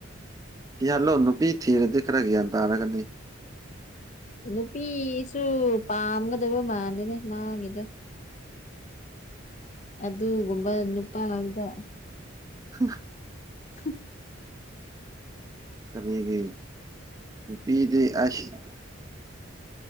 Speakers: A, on the right; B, on the left.
A: ꯁꯤ ꯍꯜꯂꯣꯅ ꯅꯨꯄꯤ ꯊꯤꯔꯗꯤ ꯈꯔꯒ ꯌꯥꯝ ꯇꯥꯔ ꯀꯅꯤ
B: ꯅꯨꯄꯤꯁꯨ ꯄꯥꯝꯒꯗꯕ ꯃꯥꯟꯗꯦꯅꯦ ꯃꯥꯒꯤꯗ ꯑꯗꯨꯒꯨꯝꯕ ꯅꯨꯄꯥ ꯑꯃꯗ
A: ꯍ
B: <unintelligible>
A: ꯀꯔꯤꯒ ꯌꯨ ꯄꯄꯤꯗꯤ ꯑꯁ